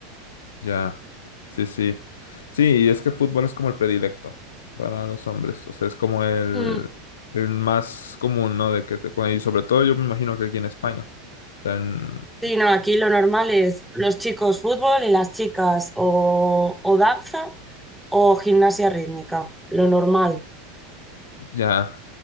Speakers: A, on the left; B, in the centre.
A: Ya, sí, sí. Sí, y es que fútbol es como el predilecto para los hombres. O sea, es como el,
B: Mm.
A: el más común, ¿no? De que te ponen. Y sobre todo yo me imagino que aquí en España. O sea, en-
B: Sí, no, aquí lo normal es los chicos fútbol y las chicas o, o danza o gimnasia rítmica, lo normal.
A: ya.